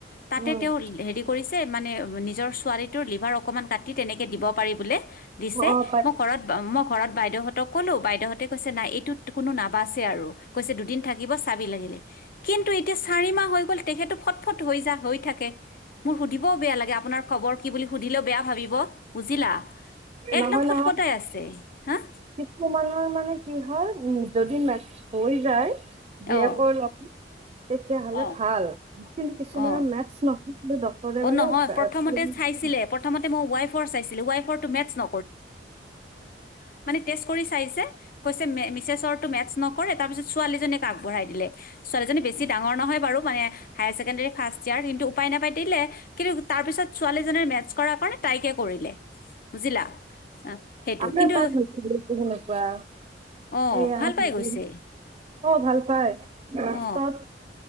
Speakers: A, on the left; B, on the right.
A: তাতে
B: উম।
A: তেওঁ হেৰি কৰিছে যে মানে নিজৰ ছোৱালীটোৰ লিভাৰ অকমান কাটি তেনেকে দিব পাৰি বোলে দিছে
B: অ পাই
A: মোৰ ঘৰত মই ঘৰত বাইদেউহ তক কলেো বাইদেউহঁতে কৈছে নাই এইটোত কোনো নাবাচে আৰু কৈছে দুদিন থাকিব চাবি লাগিলে কিন্তু এতিয়া চাৰি মাহ হৈ গ'ল তেখেতো ফটফট হৈ যা হৈ থাকে মোৰ সুধিবও বেয়া লাগে আপোনাৰ খবৰ কি বুলি সুধিলে বেয়া ভাবিব বুজিলা একদম
B: নহয় নহয়
A: ফটফটাই আছে হা
B: কিছুমানৰ মানে কি হয় উ যদি মে হৈ যায় জীয়েকৰ
A: অঁ
B: লগত তেতিয়া হ'লে
A: অঁ
B: ভাল কিন্তু কিছুমানৰ
A: অঁ
B: মেথছ নহয় কিন্তু ডক্তৰে
A: অ
B: মানে
A: নহয় প্ৰথমতে চাইছিলে প্ৰথমতে মই ৱাইফৰ চাইছিলো ৱাইফৰটো মেথছ ন টেষ্ট কৰি চাইছে কৈছে মে- মিছেছৰটো মেটচ নকৰে তাৰ পিছত ছোৱালীজনীক আগবঢ়াই দিলে ছোৱালীজনী বেছি ডাঙৰ নহয় বাৰু মানে হায়াৰ ছেকেণ্ডাৰী ফাৰ্ষ্ট ইয়াৰ কিন্তু উপায় নাপাই দিলে কিন্তু তাৰ পিত ছোৱালীজ মে কৰ কাৰণে তাইকে কৰিলে বুজিলা সেইটো
B: আ
A: কিন্তু
B: তাৰ হৈছিলনেুৱোৱা
A: অ
B: এয়া
A: ভাল
B: আহ
A: পাই গৈছে
B: অ ভাল পাই লাষ্টত
A: অ